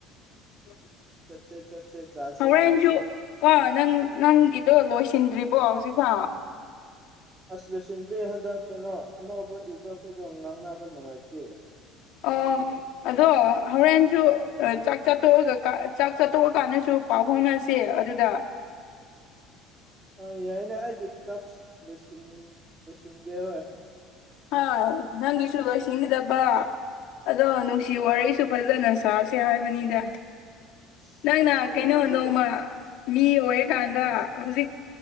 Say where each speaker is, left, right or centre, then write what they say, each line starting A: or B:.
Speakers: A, on the left; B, on the right.
A: <inaudible>
B: ꯆꯠꯁꯦ ꯆꯠꯁꯦ ꯆꯥꯁꯦ
A: ꯍꯣꯔꯦꯟꯁꯨ
B: ꯆꯥꯁꯦ
A: ꯀꯣ ꯅꯪ ꯅꯪꯒꯤꯗꯣ ꯂꯣꯏꯁꯤꯟꯗ꯭ꯔꯤꯕꯣ ꯍꯧꯖꯤꯛꯐꯥꯎ꯫
B: ꯑꯁ ꯂꯣꯏꯁꯤꯟꯗ꯭ꯔꯦ ꯍꯟꯗꯛ ꯀꯩꯅꯣ ꯑꯅꯧꯕ ꯌꯨꯖꯔꯈꯣꯏꯗꯣ ꯉꯥꯡꯅꯕ ꯅꯨꯡꯉꯥꯏꯇꯦ꯫
A: ꯑꯣ ꯑꯗꯣ ꯍꯧꯔꯦꯟꯁꯨ
B: ꯍꯣꯏ
A: ꯑ ꯆꯥꯛ ꯆꯥꯛꯇꯣꯛꯑꯒ ꯀꯥꯟ ꯆꯥꯛ ꯆꯥ ꯇꯣꯛꯑꯀꯥꯟꯗꯁꯨ ꯄꯥꯎ ꯐꯥꯎꯅꯁꯦ ꯑꯗꯨꯗ
B: ꯍꯣꯏ ꯌꯥꯏꯅꯦ ꯑꯩꯒꯤ ꯇꯥꯛꯁ ꯂꯣꯏꯁꯤꯟ ꯂ‌ꯣꯏꯁꯤꯟꯒꯦ <unintelligible>
A: ꯍ‌ꯣꯏ ꯅꯪꯒꯤꯁꯨꯨ ꯂꯣꯏꯁꯤꯟꯒꯗꯕ ꯑꯗꯣ ꯅꯨꯡꯁꯤ ꯋꯥꯔꯤꯁꯨ ꯐꯖꯅ ꯁꯥꯁꯦ ꯍꯥꯏꯕꯅꯤꯗ
B: ꯑꯁ
A: ꯅꯪꯅ
B: ꯅꯨꯡꯁꯤ
A: ꯀꯩꯅꯩꯗ‌ꯣ
B: ꯋꯥꯔꯤꯗꯤ
A: ꯃꯥ ꯃꯤ ꯑꯣꯏꯔꯀꯥꯟꯗ
B: ꯑꯩ
A: ꯍꯧꯖꯤꯛ